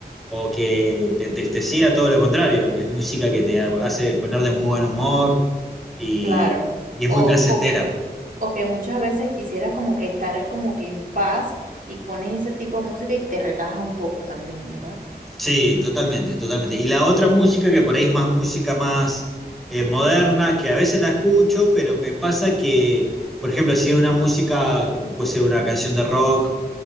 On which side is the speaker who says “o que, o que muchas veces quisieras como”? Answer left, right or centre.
Right